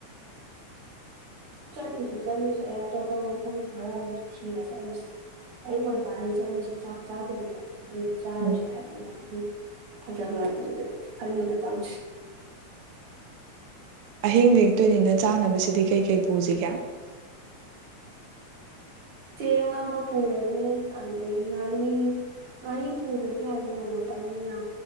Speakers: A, on the right (about 50°); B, on the right (about 80°).
A: ꯆꯠꯂꯨꯁꯤ ꯆꯠꯂꯨꯁꯦ ꯑꯇꯣꯞꯄ ꯃꯐꯝ ꯈꯔ ꯑꯃꯁꯨ ꯊꯤꯔ ꯆꯠꯂꯨꯁꯤ ꯑꯌꯨꯛ ꯉꯟꯇꯥꯅꯤ ꯆꯠꯂꯁꯤ ꯆꯥꯛ ꯆꯥꯗꯕꯤꯗ ꯑꯗꯨꯗ ꯑꯣꯏ ꯆꯥꯔꯨꯁꯦ
B: ꯎꯝ
A: ꯍꯥꯏꯗꯤ ꯃꯐꯝ ꯐꯖꯕ ꯑꯗꯨꯗ ꯈꯜꯂꯒ ꯆꯥꯔꯨꯁꯦ
B: ꯑꯍꯤꯡ ꯂꯦꯛꯇꯣꯏꯅꯤꯅ ꯆꯥꯅꯕꯁꯤꯗꯤ ꯀꯩ ꯀꯩ ꯄꯨꯁꯤꯒꯦ
A: <inaudible> ꯆꯦꯡ ꯑꯃ ꯄꯨꯔꯅꯤ ꯑꯗꯒꯤ ꯉꯥꯔꯤ ꯉꯥꯔꯤ ꯄꯨꯗ꯭ꯔꯥꯁꯨ ꯌꯥꯅꯤ ꯅꯣꯡꯃꯇꯪꯅꯤꯅ